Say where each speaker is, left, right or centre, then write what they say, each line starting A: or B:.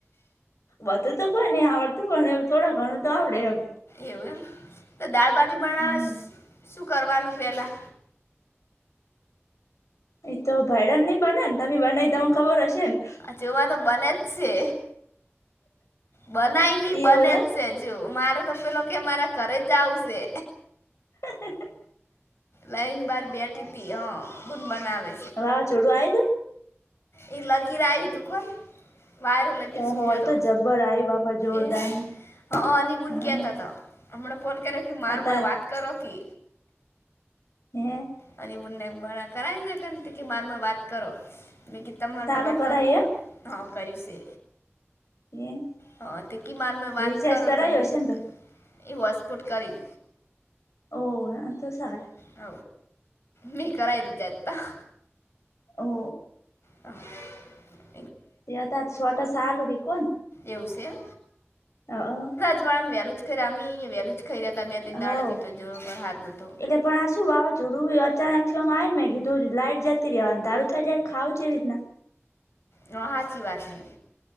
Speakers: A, on the left; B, on the left.
A: બધુ તો કોઈ નહી આવડતું પણ એવું થોડું ઘણું તો આવડે એમ.
B: એવું એમ તો દાળબાટી બનાવા
A: હમ
B: શું કરવાનું પેલા.
A: એતો ભયરન <unintelligible> નહી બને ને તમે બનાવી તને ખબર હશે ને.
B: તેવા તો બને જ છે. બનાય નઈ બને
A: એવું એમ
B: જ છે જો મારે તો પેલો કે મારા ઘરે જાવું છે.
A: હ <inaudible>
B: લાઈન બાર બેઠી હતી હ બુન બનાવે
A: વાવાઝોડું આયુ
B: એ લાગર કોન <unintelligible> વાયર
A: તું
B: લ
A: ઓહો
B: સુૂટેો
A: એ તો જબ્બર આયુ બાપા જોરદાર
B: એ
A: નું
B: હ નિબૂનકી
A: હા
B: હતા તો હમણાં ફોન કર્યો કે માર
A: અત્યારે
B: મ વાત કરો કે
A: હમ
B: અને મુડા બ કરાય ના મારમાં વાત કરો મે તમાર
A: ચાલુ
B: મે વાત
A: કરાય
B: કરું હા કર્યું છે
A: એમ
B: હા તે કિમારમાં
A: એ
B: વાત
A: રિચાર્જ
B: કરો
A: કરાયું
B: તમે
A: હશે ને તો
B: એવા સ્પોટ કરી
A: ઓ તો સાડ
B: હ બ કરરા એ રીતે અ હતા
A: ઓ
B: હા
A: તે આ સ્ોટાસ આાલું હે કોણ
B: એવું છે
A: હ હ
B: વાળા ને વેલું જ ખ અ અયા વેલ જ ખ રહ્યા હતા બે ત
A: હવ
B: દાડ તો જોરા ન તો
A: એટલે પણ આ શું વાવાઝોડું અચાનક થીમાં આવે ને કીધું લાઈટ જતી રહે અને દારું થઈ જાય ખાવું છે એવી રીતના
B: વાાચી વાત છેૈ